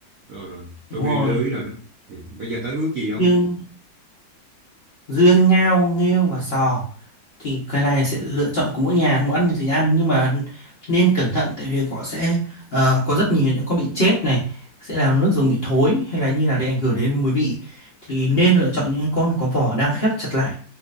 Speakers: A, on the right; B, on the left.
A: rồi rồi tôi
B: Đúng
A: bị
B: rồi.
A: lưới rồi đó ừ. bây giờ tới ước gì không
B: Nhưng dương ngao nghêu và sò thì cái này sẽ lựa chọn của mỗi nhà muốn ăn thì ăn nhưng mà nên cẩn thận tại vì họ sẽ ờ, có rất nhiều những con bị chết này sẽ làm nước dùng bị thối hay là như là để ảnh hưởng đến mùi vị thì nên lựa chọn những con có vỏ đang khép chặt lại